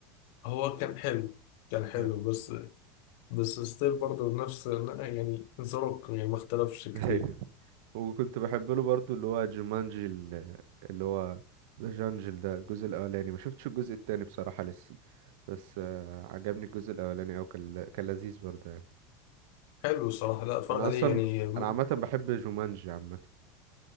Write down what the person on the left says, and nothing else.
هو كان حلو كان حلو
بس بس ستيل برضه نفس يعني زروك يعني ما اختلفش كتير
حلو الصراحة لا اتفرج
عليه
يعني ممكن